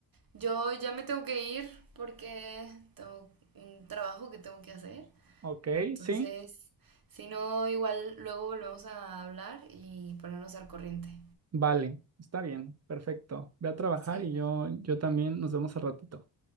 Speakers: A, on the right; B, on the right.
A: Yo ya me tengo que ir porque tengo un trabajo que tengo que hacer.
B: Ok,
A: Entonces,
B: sí,
A: si no, igual luego volvemos a hablar y ponernos al corriente.
B: vale, está bien, perfecto. Ve a trabajar
A: Sí.
B: y yo, yo también nos vemos al ratito.